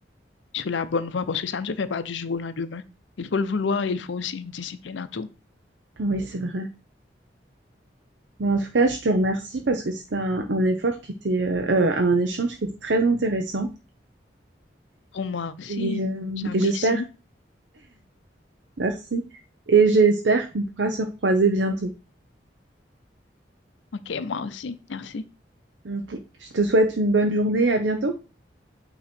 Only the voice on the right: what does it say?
oui, c'est vrai. Bon, en tout cas, je te remercie parce que c'était un, un effort qui était, euh, euh, un échange qui était très intéressant.
Et, euh,
et j'espère, merci. Et j'espère qu'on pourra se recroiser bientôt.
Ok. Je te souhaite une bonne journée, à bientôt.